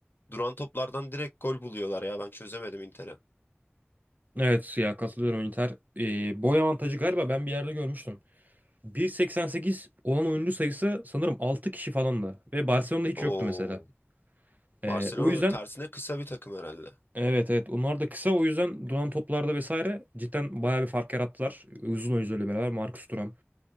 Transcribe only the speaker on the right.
Evet ya katılıyorum Inter. E, boy avantajı galiba ben bir yerde görmüştüm. 1.88 olan oyuncu sayısı sanırım 6 kişi falandı ve Barcelona'da hiç
yoktu mesela. E,
o yüzden
evet evet onlar da kısa o yüzden duran toplarda vesaire cidden bayağı bir fark yarattılar. Uzun oyuncularla beraber Marcus Thuram,